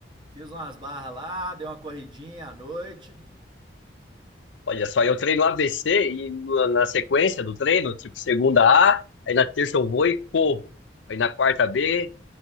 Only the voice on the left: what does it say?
olha só, eu treino ABC e na, na sequência do treino, tipo, segunda A, aí na terça eu vou e corro. Aí na quarta B,